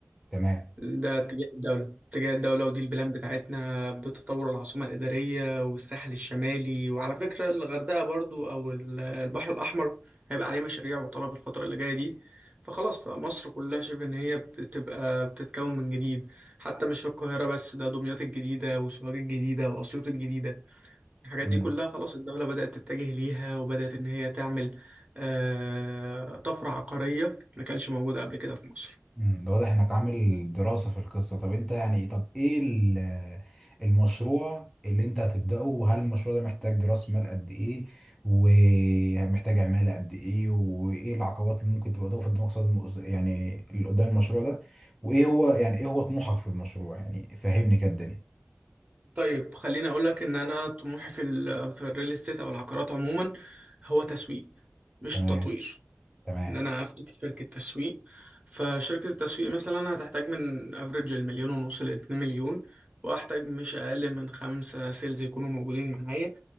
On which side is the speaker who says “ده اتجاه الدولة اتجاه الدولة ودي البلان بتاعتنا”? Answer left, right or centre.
Right